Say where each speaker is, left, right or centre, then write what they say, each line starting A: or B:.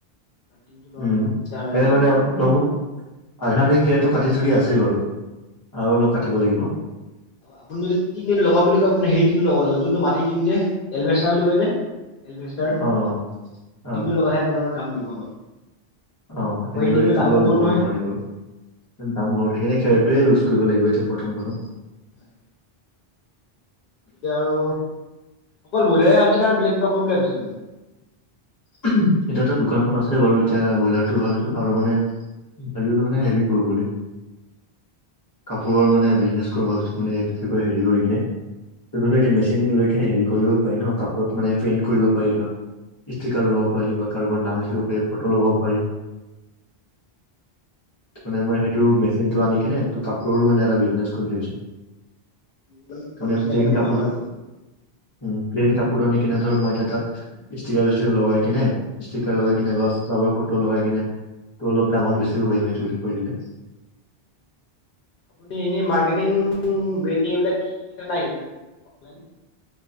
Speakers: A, on the left; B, on the left.
A: টিংটো লগালে
B: উম
A: অকণ দিগদাৰ হয়
B: খেৰ
A: আৰু গৰমত।
B: মানে অলপ হলো আধা আধি খেৰটো কাটি থৈ দিয়া আছেই বাৰু আৰু অলপ কাটিব লাগিব
A: আপুনি যদি টিং যদি লগাও বুলি কয় আপুনি সেই টিংটো লগব লাগিব যোনটো মাটি টিং যে এলভেষ্টা বুলি কয় যে এলভেষ্টাৰ
B: অ অ
A: টিনটো লগালেহে আপোনাৰ কাম দিব অলপ
B: অ
A: আকৌ
B: এনেবা
A: সেই টিংটোৰ
B: এইটো
A: দামো
B: লোৱা আৰু
A: বহুত
B: লগাব
A: নহয়
B: নোৱাৰিবা দাম বহুত সেইকাৰনে খেৰটোৱে ইউজ কৰিব লাগিব এতিয়া প্ৰথম প্ৰথম
A: হয় এতিয়া আৰু অকল ব্ৰইলাই ভাবিছে না বেলেগ কিবা কৰিম বুলি ভাবিছে আপুনি
B: ওমহ এতিয়াতো দোকানখন আছে বাৰু এতিয়া ব্ৰইলাৰটো ভাবিছো আৰু মানে ভাবিলো মানে হেৰি কৰো বুলি কাপোৰৰ মানে বিজনেছ কৰো ভাবিছো মানে এইটো কি কয় হেৰি কৰি কিনে তহতো এ মেচিন লৈ কিনে হেৰি কৰিব পাৰি ন কাপোৰত মানে প্ৰিণ্ট কৰিব পাৰি ধৰ ষ্টিকাৰ লগাব পাৰি বা কাৰোবাৰ নাম লিখিব পাৰি ফটো লগাব পাৰি মানে মই সেইটো মেচিনটো আনি কিনে ত কাপোৰৰো মানে এটা বিজনেছ কৰিম বুলি ভাবিছো
A: মানে কাপোৰ
B: কোনে
A: চিলাই
B: প্লেন
A: কেনে বনাব
B: কাপোৰতো
A: আৰু
B: উ প্লেইন কাপোৰতো আনি কিনে ধৰ মই এতিয়া তাত ষ্টিকাৰ চিষ্টিকাৰ লগাই কিনে ষ্টিকাৰ লগাই কিনে বা কাৰোবাৰ ফটো লগাই কিনে ত অলপ দামত বেছিব পাৰিম সেইটো সেইটো কৰিলে
A: আপুনি এনেই মাৰ্কেটিং ব্ৰেণ্ড নিউ এইবিলাক শিকা নাই শিকা নাই অফলাইন